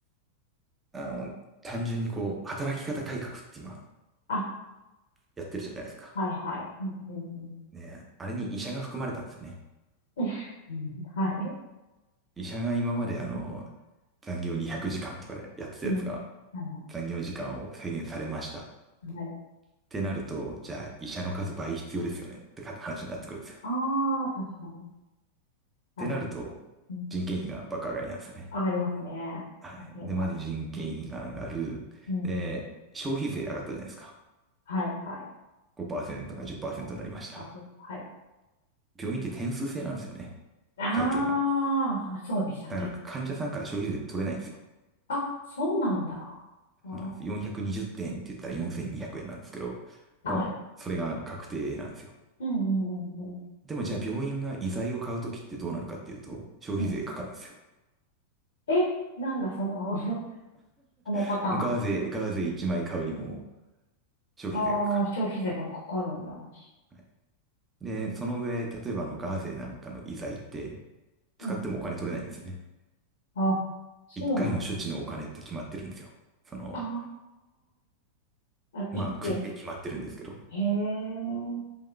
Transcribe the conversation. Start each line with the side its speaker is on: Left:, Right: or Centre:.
Right: あの、単純にこう働き方改革って今
Left: あ、
Right: やってるじゃないですか。
Left: はいはい。うん、うん、うん。
Right: ね、あれに医者が含まれたんですよね。
Left: <laughs> うんはい。
Right: 医者が今まであの、残業200時間とかでやってたやつが
Left: うん、はい、
Right: 残業時間を制限されました。っ
Left: はい。
Right: てなると、じゃあ医者の数倍必要ですよねってか話になってくるんですよ。
Left: あ
Right: っ
Left: あ、確かに。大変。
Right: てなると、
Left: うん、
Right: 人件費が爆上がりなんですよね。
Left: 上がりますね。
Right: はい。
Left: 大変だ。
Right: で、まず人件費が上がる。
Left: うん、
Right: で、消費税上がったじゃないですか。
Left: はい、はい。
Right: 5%が10%
Left: ああはい。
Right: になりました。病院って点数制なんですよね。
Left: ああ、
Right: 会計が。
Left: そうでしたね。
Right: だから患者さんから消費税取れないんですよ。
Left: あ、そうなんだ。あ、
Right: そうなんです。420点ってんって言ったら4200円なんですけど、
Left: はい。
Right: もうそれが確定なんですよ。
Left: うんうんうんうん。
Right: でもじゃあ病院が医材を買うときってどうなるかっていうと、消費税かかるんですよ。
Left: うんえ、なんだその <laughs> このパターン。
Right: <laughs> ガーゼ、ガーゼ1枚買うにも消費税がかかる。
Left: ああ、消費税がかかるんだ。
Right: はいで、その上、例えばあのガーゼなんかの医材って使ってもお金取れないんですよね。
Left: うん。あ、そうなの。
Right: 1回の処置のお金って決まってるんですよ。その、
Left: ああ、あ、一遍。
Right: まあ国で決まってるんですけど、
Left: へえ。うん。